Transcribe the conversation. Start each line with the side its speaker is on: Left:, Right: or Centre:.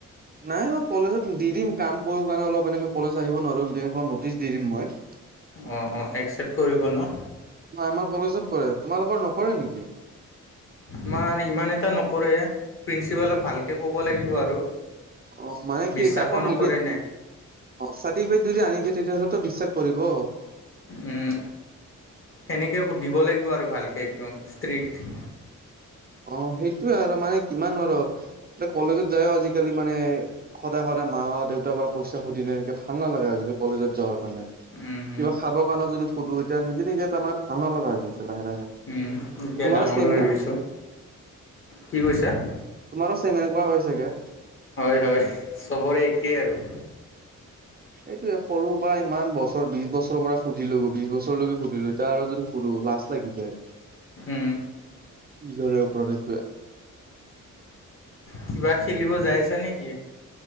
Right: নাই মই কলেজত দি দিম কাম কৰো কাৰণে অলপ এনেকে কলেজ আহিব নোৱাৰো নটিচ দি দিম মই। <unintelligible>
Left: অ অ একচেপ্ট কৰিব ন?
Right: নাই আমাৰ কলেজত কৰে, তোমালোকৰ নকৰে নেকি?
Left: আমাৰ ইমান এটা নকৰে, প্ৰিন্সিপালক ভালকে ক'ব লাগিব আৰু।
Right: অ মানে কি
Left: বিশ্বাসো
Right: কাকো
Left: নকৰে
Right: নিদিয়ে
Left: নে
Right: চাৰ্টিফিকেট যদি আনি দিয়ে তেতিয়াহ'লেতো বিশ্বাস কৰিব।
Left: উম সেনেকে দিব লাগিব আৰু ভালকৈ একদম ষ্ট্ৰিক্ট।
Right: অ সেইটোয়ে আৰু মানে কিমান আৰু এ কলেজত যায় আজিকালি মানে সদায় সদায় মাহ দেউতাৰ পৰা পইচা খুজিলে এনেকে ভাল নালাগা হৈছে। কলেজত যাব কাৰণে,
Left: উম
Right: কিবা
Left: উম
Right: খাব কাৰণে যদি শুধু এতিয়া নিজে নিজে তাৰ মানে ভাল নালাগ গৈছে লাহে লাহে।
Left: উ এতিয়া
Right: তোমাৰো
Left: ডাঙৰো
Right: ছেম
Left: হৈ
Right: নে
Left: গৈছো। কি কৈছা?
Right: তোমাৰো চেম এনেকুৱা হৈছে চাগে?
Left: হয় হয় চবৰে একেই আৰু।
Right: এইটোৱে সৰুৰ পৰা ইমান বছৰ বিশ বছৰৰ পৰা সুধিলো বিশ বছৰলৈকে সুধিলো এতিয়া আৰু যদি লাজ লাগি যায়,
Left: উম
Right: নিজৰে ওপৰত একোৱে
Left: কিবা খেলিব যাই আছা নেকি?